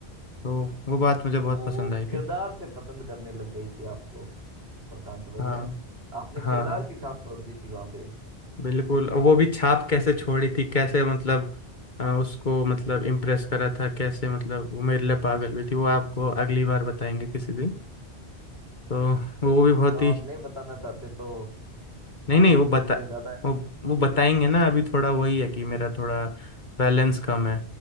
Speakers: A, on the left (about 45°); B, on the right (about 65°).
A: तो वो बात मुझे बहुत
B: वो
A: पसंद
B: वो
A: आई थी
B: किरदार से पसंद करने लग गई थी आपको प्रशांत भैया
A: हाँ
B: आपने
A: हाँ
B: किरदार
A: हाँ
B: की छाप छोड़ दी थी वहां पे
A: बिल्कुल और वो भी छाप कैसे छोड़ी थी कैसे मतलब अ, उसको मतलब इम्प्रेस करा था कैसे मतलब वो मेरे लिए पागल हुई थी वो आपको अगली बार बताएंगे किसी दिन तो
B: चलिए
A: वो भी
B: मतलब
A: बहुत
B: आप
A: ही
B: नहीं बताना चाहते तो
A: नहीं
B: हम
A: नहीं
B: समझ
A: वो बता
B: सकते हैं ज्यादा
A: वो वो बताएंगे ना अभी थोड़ा वही है कि मेरा थोड़ा बैलेंस कम है